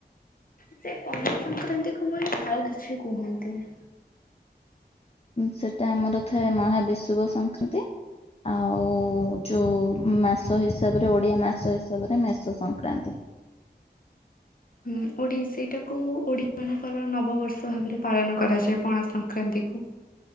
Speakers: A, on the left; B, on the left.
A: ସେ ପଣା ସଂକ୍ରାନ୍ତି କ ଭଳି ଆଉ କିଛି କୁହନ୍ତୁ -
B: ସେଟା ଆମର ଥାଏ ମହାବିଶୁବ ସଂକ୍ରାନ୍ତି ଆଉ ଯୋଉ ମାସ ହିସାବରେ ଓଡିଆ ମାସ ହିସାବରେ ମେଷ ସଂକ୍ରାନ୍ତି।
A: ହୁଁ ଓଡି ସେଇଟାକୁ ଓଡିଆ ମାନଙ୍କର ନବବର୍ଷ ଭାବରେ ପାଳନ କରାଯାଏ ପଣାସଙ୍କ ସଂକ୍ରାନ୍ତିକୁ,